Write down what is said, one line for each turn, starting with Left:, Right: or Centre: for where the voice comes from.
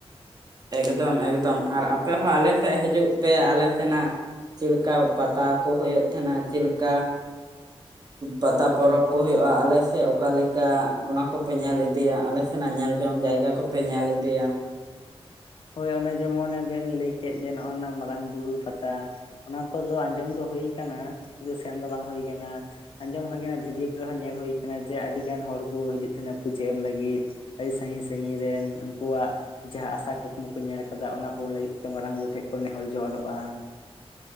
Right: ᱮᱠᱫᱚᱢ ᱮᱠᱫᱚᱢ ᱟᱨ ᱟᱯᱮ ᱦᱚᱸ ᱟᱞᱮ ᱥᱮᱫ ᱦᱤᱡᱩᱜ ᱯᱮ ᱟᱞᱮ ᱥᱮᱱᱟᱜ, ᱪᱮᱫ ᱞᱮᱠᱟ ᱯᱟᱛᱟ ᱠᱚ ᱦᱩᱭᱩᱜ ᱛᱟᱦᱮᱱᱟ ᱪᱮᱫ ᱞᱮᱠᱟ,
Left: <inaudible>
Right: ᱯᱟᱛᱟ ᱯᱚᱨᱚᱵᱽ ᱠᱚ ᱦᱳᱭᱳᱜᱼᱟ ᱾ ᱟᱞᱮᱥᱮᱫ ᱚᱠᱟᱞᱮᱠᱟ ᱚᱱᱟ ᱠᱚᱯᱮ ᱧᱮᱞ ᱤᱫᱤᱭᱟ ᱟᱞᱮ, ᱥᱮᱱᱟᱜ ᱧᱮᱞ ᱡᱚᱝ ᱡᱟᱭᱜᱟ ᱠᱚᱯᱮ ᱧᱮᱞ ᱤᱫᱤᱭᱟ ᱾
Left: ᱦᱳᱭ ᱚᱱᱮ ᱡᱮᱢᱚᱱ ᱵᱮᱱ ᱞᱟᱹᱭ ᱠᱮᱫ ᱡᱮ ᱱᱚᱜᱼᱚ ᱱᱚᱣᱟ ᱢᱟᱨᱟᱝ ᱵᱩᱨᱩ ᱯᱟᱛᱟ, ᱚᱱᱟ ᱠᱚᱫᱚ ᱟᱸᱡᱚᱢ ᱫᱚ ᱦᱳᱭ ᱠᱟᱱᱟ ᱠᱤᱱᱛᱩ ᱥᱮᱱ ᱫᱚ ᱵᱟᱝ ᱦᱳᱭ ᱟᱠᱟᱱᱟ ᱾ ᱟᱸᱡᱚᱢ ᱦᱳᱭ ᱟᱠᱟᱱᱟ ᱵᱷᱤᱰᱭᱳ ᱠᱚᱨᱮᱦᱚᱸ ᱧᱮᱞ ᱦᱳᱭ ᱠᱟᱱᱟ ᱡᱮ ᱟᱹᱰᱤ ᱜᱟᱱ ᱦᱚᱲ ᱠᱚ ᱦᱤᱡᱩᱜ ᱛᱟᱦᱮᱱᱟ ᱯᱩᱡᱟᱹ ᱮᱢ ᱞᱟᱹᱜᱤᱫ, ᱟᱹᱰᱤ ᱥᱟᱺᱜᱤᱧ ᱥᱟᱺᱜᱤᱧ ᱨᱮᱱ ᱩᱱᱠᱩᱣᱟᱜ ᱡᱟᱸᱦᱟ ᱟᱥᱟ ᱠᱚ ᱠᱩᱠᱢᱩ ᱠᱚ ᱧᱮᱞ ᱟᱠᱟᱫᱟ ᱚᱱᱟ ᱠᱩ ᱞᱟᱹᱜᱤᱫ ᱛᱮ ᱢᱟᱨᱟᱝ ᱵᱩᱨᱩ ᱴᱷᱮᱱ ᱠᱚ ᱱᱮᱦᱚᱨ ᱡᱚᱦᱟᱨᱚᱜᱼᱟ ᱾